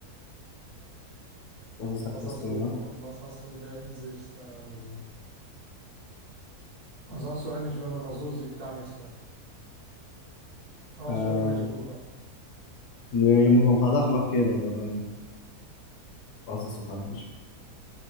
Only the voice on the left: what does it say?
Das ist
halt
das
Ding,
ne?
Ähm,
nee, ich muss noch ein paar Sachen abgeben, aber dann war es das doch eigentlich.